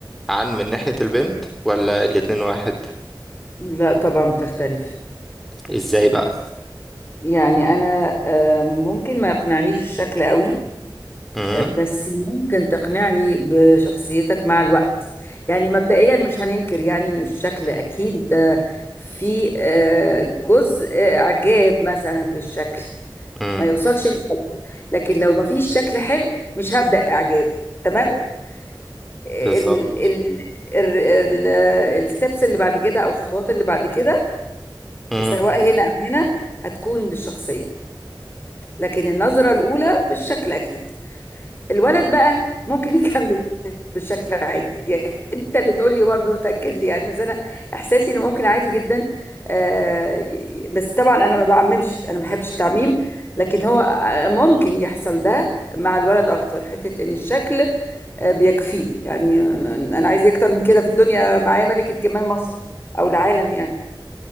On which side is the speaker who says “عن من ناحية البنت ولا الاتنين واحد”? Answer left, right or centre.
Centre